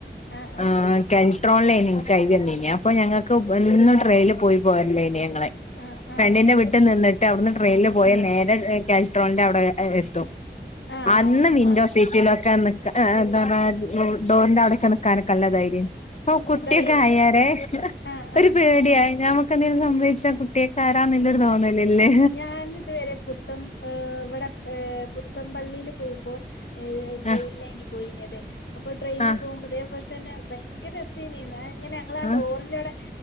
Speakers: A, on the left; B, on the left.
A: ആ
B: ആഹ്
A: ആ
B: കെൻസ്ട്രോൺലൈനി ഇൻക് <unintelligible> വന്നീനി അപ്പൊ ഞങ്ങൾക്ക് എന്നും ട്രെയിനിൽ പോയി പോരലയ്നി <unintelligible>
A: ആ
B: ഫ്രണ്ടിന്റെ
A: ആ
B: വീട്ടി നിന്നിട്ട് അവിടുന്ന് ട്രെയിനിൽ പോയാൽ
A: ആ
B: നേരെ കെൻസ്ട്രോളിന്റെ അവിടെ എത്തും.
A: ആ ആണോ
B: അന്ന് വിൻഡോ
A: ആ
B: സീറ്റ് റ്റിലൊക്കെ നിക്കാ എന്താ പറഞ്ഞ ഡോറിന്റെ അവിടെക്കെ നിക്കാനൊക്കെ നല്ല ധൈര്യ അപ്പൊ കുട്ടിയൊക്കെ
A: ദൈ
B: ആയാരെ
A: ആ
B: ഒരു
A: ആ
B: പേടിയായി ഞമ്മക്കെന്തേങ്കിലും സംഭവിച്ചാ കുട് ട്ടികക്കാരാന്നുല്ലൊരു തോന്നലില്ലേ
A: അന്ന് ഇതുവരെ പുത്തം ഇവിടെ പുത്തം പള്ളിയില് പോവുമ്പോ ട്രെയിനിലയ്നി
B: ആഹ്
A: പോയിനത് അപ്പൊ ട്രെയിനിൽ
B: ആഹ്
A: പോകുമ്പോ ഇതേ പോലെ തന്നെ ഭയങ്കര രസയ്നി ഇങ്ങനെ ഞങ്ങളാ
B: ആഹ്
A: ഡോറിന്റവിടെ